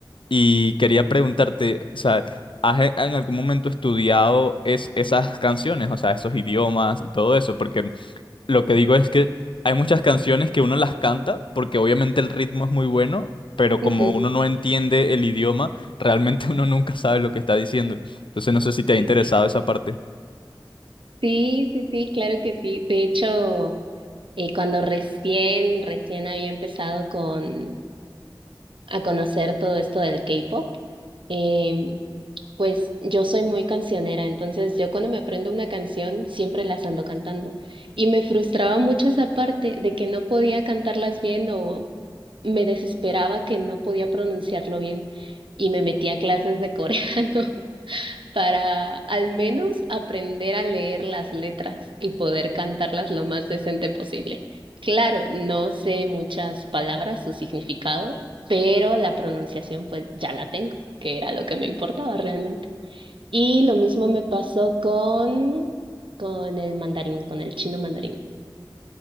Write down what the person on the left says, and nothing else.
Y quería preguntarte, o sea, ¿has e- en algún momento estudiado es, esas canciones, o sea, esos idiomas y todo eso? Porque lo que digo es que hay muchas canciones que uno las canta porque obviamente el ritmo es muy bueno, pero
como uno no entiende el idioma, realmente <laughs> uno nunca sabe lo que está diciendo. Entonces no sé si te ha
interesado esa parte.